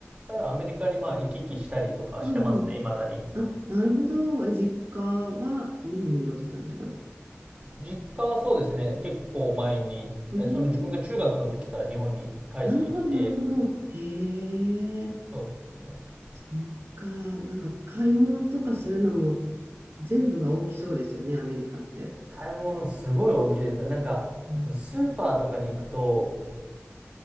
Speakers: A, on the right; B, on the right.
A: ただアメリカにまあ行き来したりとかしてますね、
B: うんうん。
A: 未だに。
B: あ、なるほど。え、実家は日本に戻ってきたんですかね。
A: 実家はそうですね、結構前に、
B: うーん。
A: その自分が中学の時から日本に帰ってきて、
B: なるほど、なるほど。へえ、
A: そうですね。
B: そっか。なんか買い物とかするのも全部が大きそうですよね、アメリカって。
A: 買い物すごい大きいですよ。なんか、
B: うん。
A: そのスーパーとかに行くと、